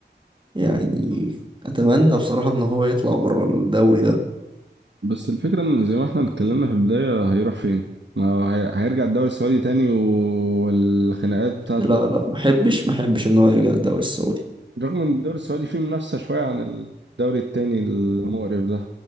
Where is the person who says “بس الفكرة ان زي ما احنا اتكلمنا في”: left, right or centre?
Right